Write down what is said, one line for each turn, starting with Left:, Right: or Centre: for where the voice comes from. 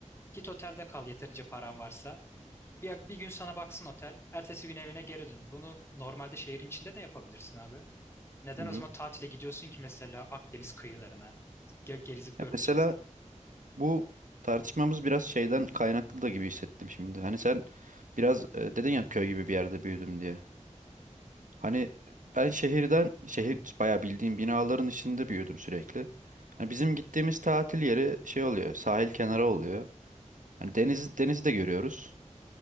Left: Git otelde kal yeterince paran varsa. Bir, bir gün sana baksın otel. Ertesi gün evine geri dön. Bunu normalde şehrin içinde de yapabilirsin abi. Neden
Right: Hı
Left: o
Right: hı.
Left: zaman tatile gidiyorsun ki mesela Akdeniz kıyılarına? Ge- Gezip görmeyeceksen.
Right: Ya mesela bu tartışmamız biraz şeyden kaynaklı da gibi hissettim şimdi. Hani sen biraz e, dedin ya köy gibi bir yerde büyüdüm diye. Hani ben şehirden şehir bayağı bildiğim binaların içinde büyüdüm sürekli. Hani bizim gittiğimiz tatil yeri şey oluyor, sahil kenarı oluyor. Hani deniz denizi de görüyoruz.